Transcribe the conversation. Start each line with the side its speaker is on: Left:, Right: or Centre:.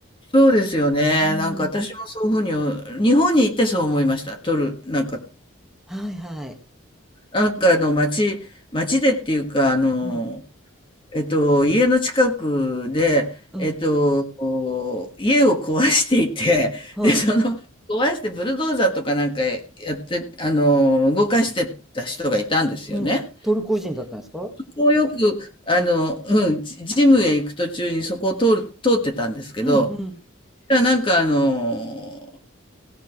Left: そうですよね。
Centre: うん。
Left: なんか私もそういうふうに、日本に行ってそう思いました。トル、なんか、
Centre: はいはい。
Left: なんかあの、街、街でっていうか、あの
Centre: うん、
Left: ーえっと、家の近くで、
Centre: うん、
Left: えっと、家を壊していて、<laughs>
Centre: はい。
Left: で、その、壊してブルドーザーとかなんかやって、あの、動かしてた人がいたんですよね。
Centre: うん、トルコ人だったんですか
Left: こうよく、あの、うん、ジジムへ行く途中にそこを通る、通ってたんですけど、
Centre: うん、うん。
Left: いやなんかあの、